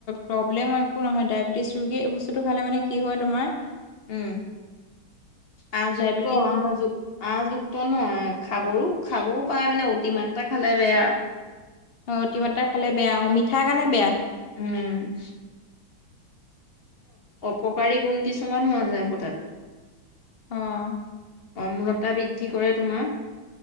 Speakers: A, on the left (about 80°); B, on the left (about 35°).
A: প্ৰব্লেম একো নহয়, ডায়েবেটিছ ৰোগী এই বস্তুটো খালে মানে কি হয় তোমাৰ
B: উম', আহযুক্ত
A: ডায়েবেটিছ
B: আহযু আহযুক্ত নহ খাবও- খাবও পায় মানে অতি মাত্ৰা খালে বেয়া।
A: অ', অতি মাত্ৰা খালে বেয়া, অ' মিঠা কাৰণে বেয়া।
B: উম',। অপকাৰী গুণ কিছুমান হোৱা যায় আকৌ তাত।
A: অ',।
B: অম্লতা বৃদ্ধি কৰে তোমাৰ,